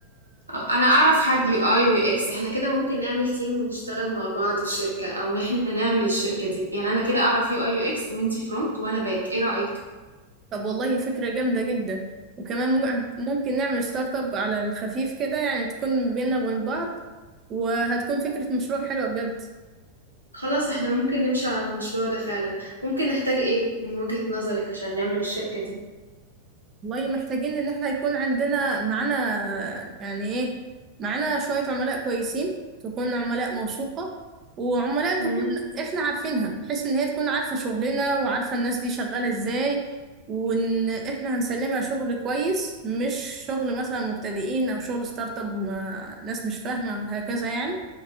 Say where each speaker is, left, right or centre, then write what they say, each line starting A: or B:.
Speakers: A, on the right; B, on the right.
A: آه، انا اعرف حد يو اي ويو اكس احنا كده ممكن نعمل تيم ونشتغل مع بعض في شركة او احنا نعمل الشركة دي يعني انا كده اعرف يو اي يو اكس وانتي فرونت وانا باك ايه رأيك
B: طب والله فكرة جامدة جدا وكمان ممكن ممكن نعمل ستارت اب على الخفيف كده يعني تكون بيننا وبين بعض وهتكون فكرة مشروع حلوة بجد
A: خلاص احنا ممكن نمشي على المشروع ده فعلا ممكن نحتاج ايه من وجهة نظرك عشان نعمل الشركة دي
B: والله محتاجين ان احنا يكون عندنا معانا يعني ايه معانا شوية عملاء كويسين تكون عملاء موثوقة وعملاء تكون
A: مم.
B: احنا عارفينها بحيث ان هي تكون عارفة شغلنا وعارفة الناس دي شغالة ازاي وان احنا هنسلمها شغل كويس مش شغل مثلا مبتدئين او شغل ستارت اب ما- ناس مش فاهمة هكذا يعني